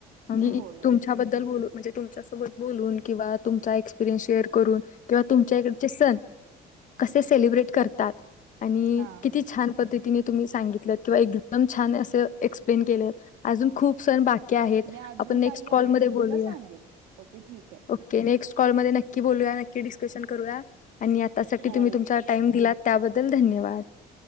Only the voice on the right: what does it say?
होय
हा
मी अजून
काही
आहे
मी ते
तुला सांगेन ओके ठीक आहे
हो